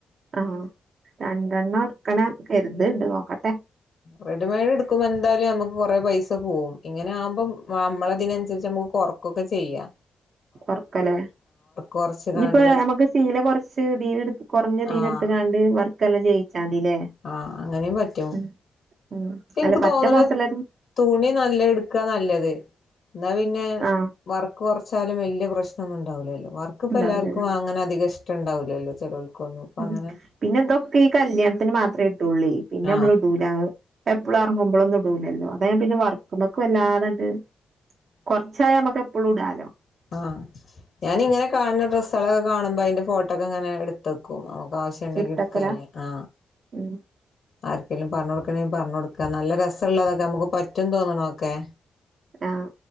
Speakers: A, on the right; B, on the left.
A: ആ രണ്ടെണ്ണം ട്ക്കണം കര്ത്ണ്ട് നോക്കട്ടെ.
B: റെഡിമെയ്ഡ് എടുക്കുമ്പൊ എന്തായാലും നമുക്ക് കൊറേ പൈസ പോവും ഇങ്ങനെ ആകുമ്പം നമ്മളതിനനുസരിച്ച് നമുക്ക് കൊർ ക്കൊക്കെ ചെയ്യാ
A: കൊർക്കലേ
B: കൊറച്ച്
A: ഞ്ഞിപ്പ
B: കാണ്ട്
A: ഞമുക്ക് സീല കൊർച്ച് തീല്ട്ത്ത് കൊർഞ്ഞ തീല്ട്ത്ത്
B: ആഹ്
A: കാണ്ട് വർക്കെല്ലാം ചെയ്യിച്ചാ മതില്ലേ
B: ആ അങ്ങനിം പറ്റും.
A: ഉം ഉം
B: ഇൻക്ക്
A: അല്ല
B: തോന്ന്ണ്
A: പറ്റ മോശമുള്ളതും
B: തുണി നല്ലത്ട്ക്കാ നല്ലത്. എന്നാ പിന്നെ
A: ആഹ്
B: വർക്ക് കൊർച്ചാലും വല്ല്യ പ്രശ്നൊന്നും ണ്ടാവ് ലല്ലോ വർക്ക് ക്ക്‌ പ്പ
A: ഉണ്ടാവില്ലല്ലേ
B: എല്ലാര്ക്കും അങ്ങന അധിക ഷ്ട്ടണ്ടാവുലല്ലോ ചെലോൽക്കൊന്നും പ്പങ്ങനെ
A: ഉം പിന്നെ തൊക്കെ ഈ കല്യാൺത്തിന് മാത്രേടുള്ളേയ് പിന്നെ
B: ആഹ്
A: മ്മള്ടുല പ്പ എപ്പ്ളും എർങ്ങുമ്പോളൊന്നും ടുല ടുലല്ലോ അതാ ഞാൻ പിന്നെ വർക്ക്‌മ്മക്ക്‌ വല്ലാതാണ്ട് കൊർച്ചായ നമ്മക്ക് എപ്പഴും ടാലോ.
B: ആ ഞാനിങ്ങനെ കാൺണ ഡ്രസ്സാളൊക്കെ കാണ്മ്പോ അയ്ന്റെ ഫോട്ടോക്കെ ങ്ങനെ എട്ത്തക്കും നമുക്ക് ആവ്ശ്യ ആവ്ശ്യണ്ടങ്കി
A: ഇട്ത്തക്കല
B: ഇട്ക്കാല ആ
A: ഉം
B: ആർക്കേലും പർഞ്ഞൊട്ക്കണേൽ പർഞ്ഞൊട്ക്കാ നല്ല രസം ള്ളതൊക്കെ നമുക്ക് പറ്റും തോന്നണോക്കെ
A: ആ